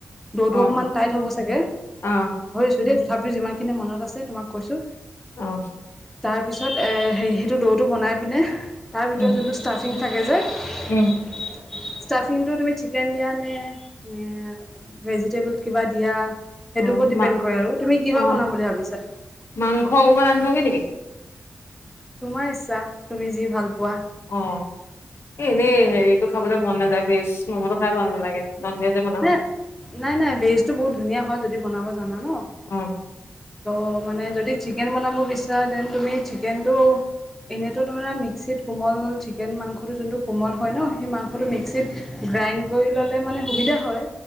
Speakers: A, in the centre; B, on the left (about 60°).
A: দৌৰটো
B: অ
A: অকমান টাইট হ'ব চাগে
B: অ
A: ছো দেই তথাপিও যিমান খিনি মনত আছে তোমাক কৈছো।
B: অ
A: তাৰ পিছত এ হে সেইটো দৌটো বনাই পিনে তাৰ ভিতৰত
B: উম
A: যোনটো ষ্টাফিং থাকে যে ষ্টাফিংটো
B: উম
A: তুমি চিকেন দিয়া নে-নে ভেজিটেবল কিবা দিয়া। সেইটোৰ
B: অ
A: ওপৰত ডিপেণ্ড
B: মা
A: কৰে আৰু তুমি কিহৰ
B: অ
A: হয় বনাম বুলি ভাবিছা?
B: মাংস অকনমান আনিবাগে নেকি
A: তোমাৰ ইচ্ছা তুমি যি ভাল পোৱা।
B: অ, এ এনেই হেৰিটো খাবলৈ মন নাযায় ভেজ মমটো খাই ভাল নালাগে। নন ভেজে বনাও
A: ন-নাই-নাই ভেজটো বহুত ধুনীয়া হয় যদি বনাব জানা ন
B: অ
A: ত', মানে যদি চিকেন বনাব বিচাৰা দেন তুমি চিকেনটো এনেতো ধৰা মিক্সিত কোমল চিকেন মাংসটো যোনটো কোমল হয় ন সেই মাংসটো মিক্সিত গ্ৰাইণ্ড কৰি ল'লে মানে সুবিধা হয়